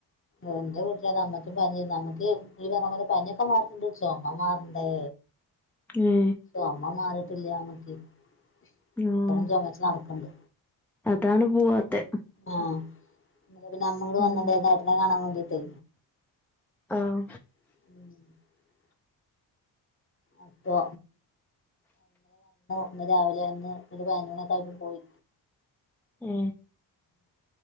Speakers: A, on the left; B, in the centre.
A: എന്റെ വീട്ടില അത് അമ്മയ്ക്കും പനി അമ്മക്ക് ഈ പറഞ്ഞ പോലെ പനിയൊക്കെ മാറീട്ട്ണ്ട് ചൊമ മാറണ്ടേ
B: <inaudible> ഏ
A: ചൊമ മാറിട്ടില്ലമ്മക്ക് ഇപ്പഴും
B: ആഹ്
A: ചുമച്ച നടക്കണ്ട്
B: അതാണ് പൂവാത്തെ
A: ആഹ പിന്നെ അമ്മ കൂടി
B: ഉം
A: വന്ന്ണ്ട് ഏട്ടനെ കാണാൻ വേണ്ടീട്ട്
B: ആഹ
A: <inaudible> അപ്പൊ പിന്ന് രാവിലെ ഒന്ന് ഒരു പതിനതിനണി ക്കായപ്പോ പോയി
B: ആഹ